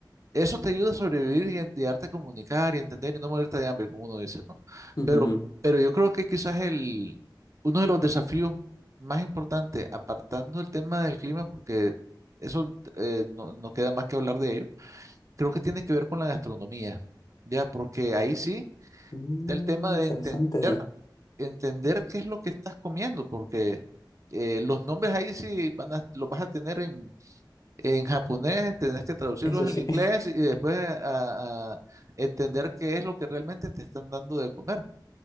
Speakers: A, on the right; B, on the left.
A: eso te ayuda a sobrevivir y, en- y darte a comunicar y entender y no morirte de hambre, como uno dice, ¿no?
B: <laughs>
A: Pero, pero yo creo que quizás el, uno de los desafíos más importantes, apartando el tema del clima, porque eso eh, no, no queda más que hablar de ello, creo que tiene que ver con la gastronomía, ¿ya? Porque ahí sí
B: Mm,
A: está el tema de
B: interesante.
A: entender, entender qué es lo que estás comiendo, porque eh, los nombres ahí sí van a, los vas a tener en en japonés, tenés que traducirlos
B: Eso
A: al
B: sí.
A: inglés
B: <laughs>
A: y después a, a entender qué es lo que realmente te están dando de comer.